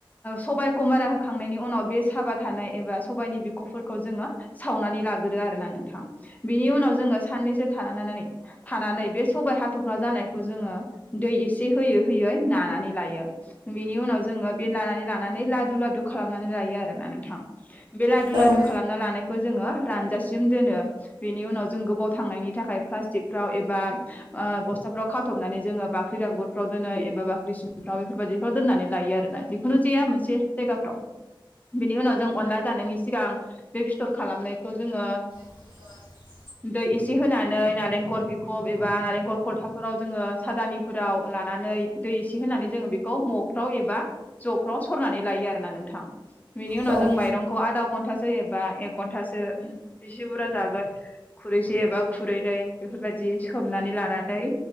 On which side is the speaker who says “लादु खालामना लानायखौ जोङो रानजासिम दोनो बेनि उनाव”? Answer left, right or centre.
Left